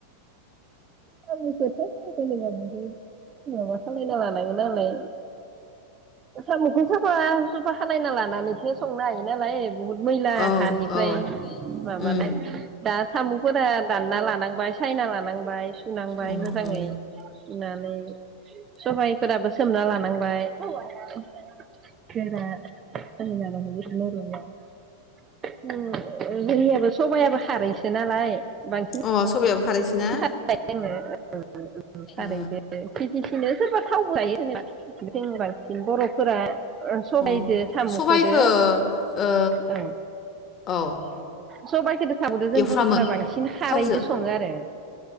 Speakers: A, on the right; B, on the left.
A: सामखौथ जेनेबा बेहाय माबा खालायना लानांगोन नालाय सामखौ साफा सुफा खालायना लानानैसो संनो हायो नालाय। बुहुद मैला
B: औ
A: हानिफ्राय
B: औ
A: माबानाय
B: उम
A: दा। सामफोरा दानना लानांबाय सायना लानां बाइस। सुनांबाय
B: उम
A: मोजांङै
B: उम
A: सुनानै। सबायफोराबो सोमना लानांबाय <unintelligible> जोंनियाबो। सबायाबो खारैसो नालाय बांसिन।
B: अ सबायाबो खारैसोना?
A: <unintelligible> जोंङो। खारै
B: अ
A: दो खै बिखिनो सोरबा थावबो हायो होनबा जों बांसिन बर'फोरा। ओ सबायदो
B: अ
A: सामखोदो
B: सबायखौ ओ
A: औ।
B: औ
A: सबायखोदो। थाबोद जों
B: एवफ्रामो
A: बरफोरा बांसिन खारैजों
B: थावजो
A: संङो आरो।